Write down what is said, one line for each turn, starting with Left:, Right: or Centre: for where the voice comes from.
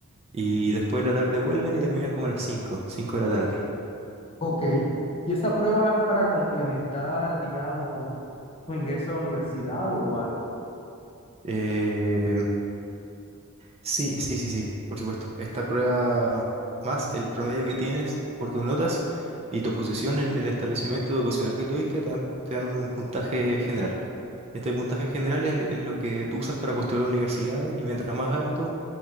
Right: Y después de la tarde vuelven y terminan como a las cinco, cinco de la tarde.
Left: Ok. ¿Y esa prueba es para complementar, digamos, tu ingreso a la universidad o algo?
Right: Eh, Sí, sí, sí, sí, por supuesto. Esta prueba más el promedio que tienes por tus notas y tu posición en el establecimiento educacional que tuviste te dan, te dan un puntaje general. Este puntaje general es, es lo que tú usas para postular a universidades y mientras más alto,